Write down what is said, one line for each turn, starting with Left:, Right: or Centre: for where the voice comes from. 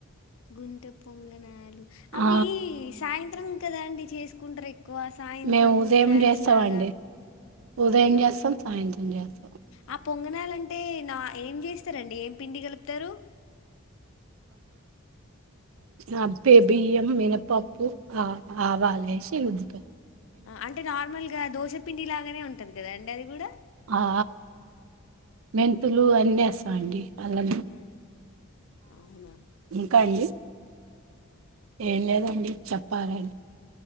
Left: గుంటె పొంగనాలు అవి
Right: ఆ
Left: సాయంత్రం కదండి చేసుకుంటారు ఎక్కువ సాయంత్రము
Right: మేము ఉదయం
Left: స్నాక్స్
Right: చేస్తామండి
Left: లాగా
Right: ఉదయం
Left: అవునా
Right: చేస్తాం సాయంత్రం చేస్తాం
Left: ఆ పొంగనాలంటే నా ఏం చేస్తారండి ఏం పిండి కలుపుతారు
Right: ఆ బే బియ్యం మినపప్పు ఆ ఆవాలేసి రూబీతం
Left: అంటే నార్మల్గా దోశపిండి లాగానే ఉంటది కదా అండి అది కూడా
Right: ఆ మెంతులు అన్నీస్తాం అండి అలా
Left: ఆ, అవునా
Right: ఇంకా అండి ఏం లేదండి చెప్పాలి